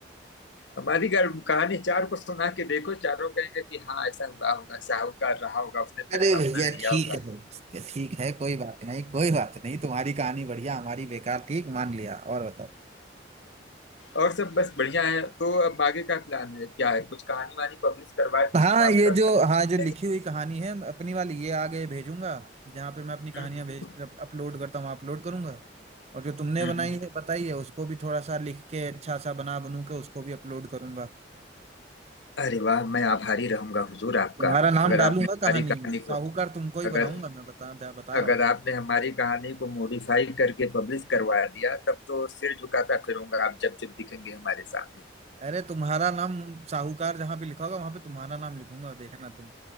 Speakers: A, on the left (about 70°); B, on the right (about 35°).
A: हमारी घर कहानी चार को सुना के देखो चारों कहेंगे कि हाँ ऐसा हुआ होगा साहूकार रहा होगा उसने
B: अरे
A: पैसा अपना
B: भैया
A: लिया
B: ठीक
A: होगा
B: है ठीक है कोई बात नहीं कोई बात नहीं तुम्हारी कहानी बढ़िया हमारी बेकार ठीक मान लिया और बताओ
A: और सब बस बढ़िया है तो अब आगे का प्लान है क्या है कुछ कहानी वानी पब्लिश करवाए कुछ
B: हाँ
A: किताब
B: ये
A: उताब
B: जो
A: छपवाए
B: हाँ जो लिखी
A: नहीं?
B: हुई कहानी है मैं अपनी वाली ये आगे भेजूंगा जहाँ पे मैं अपनी कहानियां
A: हम्म,
B: भेज अपलोड करता हूँ अपलोड करूंगा और जो तुमने
A: हम्म,
B: बनाई
A: हम्म।
B: है बताई है उसको भी थोड़ा सा लिख के अच्छा सा बना बनू के उसको भी अपलोड करूंगा
A: अरे वाह मैं आभारी रहूंगा हुजूर आपका
B: तुम्हारा नाम
A: अगर
B: डालूंगा
A: आपने हमारी
B: कहानी
A: कहानी
B: में साहूकार
A: को
B: तुमको ही
A: अगर
B: बनाऊंगा मैं बता बता
A: अगर
B: रहा हूँ
A: आपने हमारी कहानी को मॉडिफाई करके पब्लिश करवा दिया तब तो सिर झुकाता फिरूंगा आप जब जब दिखेंगे हमारे सामने
B: अरे तुम्हारा नाम साहूकार जहाँ पे लिखा होगा वहां पे तुम्हारा नाम लिखूंगा देखना तुम